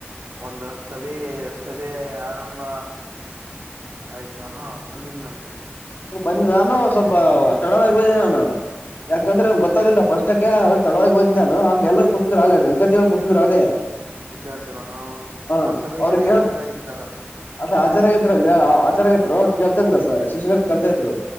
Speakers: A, on the right; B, on the left.
A: ಒಂದ ಹೊತ ಸಭೆ ಸಭೆ ಆರಂಭ ಆಯತ. ಜನ ಮುಂದಿನ <unintelligible>
B: ಎ ಬಂದ ನಾನು ಸ್ವಲ್ಪ ತಡವಾಗಿ ಬಂದೆ ನಾನು ಯಾಕಂದ್ರೆ
A: ಹೌದು
B: ಗೊತ್ತದಿಲ್ಲ ಫಸ್ಟ್. ಈಗ ತಡವಾಗಿ ಹೋದ್ ನಾನು ಆಮ ಎಲ್ಲರು ಕೂತಿದರು ಆಲೆ ವಿದ್ಯಾರ್ಥಿಗಳು ಕೂತಿದರ ಆಗಲೇ.
A: ವಿದ್ಯಾರ್ಥಿಗಳು
B: ಹ
A: ಆ ಸಭೆಯಲ್ಲಿ
B: ಅವ್ರ ಕೇಳ
A: ಹಾಜರಾಗಿದ್ದಾರ
B: ಅದ ಹಜರ ಆಗಿದ್ರ ಅಲೆ ಹ. <unintelligible> <unintelligible> ಇದ್ರು ಅವ್ರು ಕೇಳ್ತಿದ್ರು ಸ ಶಿಕ್ಷಕರ ಕಳ್ತಾ ಇದ್ರು